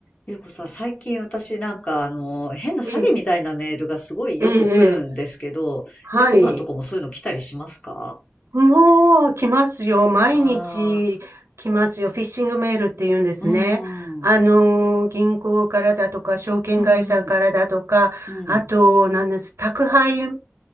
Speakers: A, on the left; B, on the right.
A: ゆうこさん、最近私なんかあの、変な詐欺みたいなメールがすごいよく来るんですけど、
B: ええ、ええ、ええはい。
A: ゆうこさんとこもそういうの来たりしますか
B: もう来ますよ。毎日来ますよ。
A: あ
B: フィッシングメールって言うんですね。
A: あー、うん、
B: あの、
A: うん、
B: 銀行からだとか、証券会社からだとか、
A: うん、うん。
B: あと、なんです、宅配